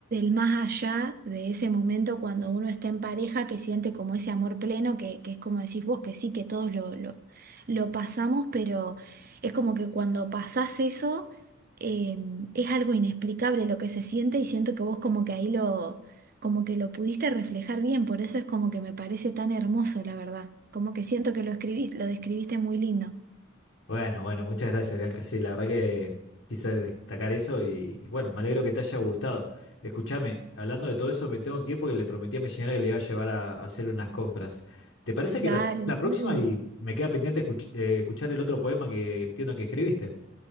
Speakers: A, on the right; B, on the left.
A: más allá de ese momento cuando uno está en pareja que siente como ese amor pleno, que, que es como decís vos, que sí, que todos lo, lo, lo pasamos, pero es como que cuando pasás eso, eh, es algo inexplicable lo que se siente y siento que vos como que ahí lo, como que lo pudiste reflejar bien, por eso es como que me parece tan hermoso, la verdad, como que siento que lo escribís, lo describiste muy lindo.
B: Bueno, bueno, muchas gracias, Bianca. Sí, la verdad que quise destacar eso y bueno, me alegro que te haya gustado. Escúchame, hablando de todo eso, me tengo que ir porque le prometí a mi señora que le iba a llevar a, a hacer unas compras. ¿Te parece
A: Dale,
B: que lo hacemos la
A: sí.
B: próxima y me queda pendiente escuch- eh, escuchar el otro poema que entiendo que escribiste?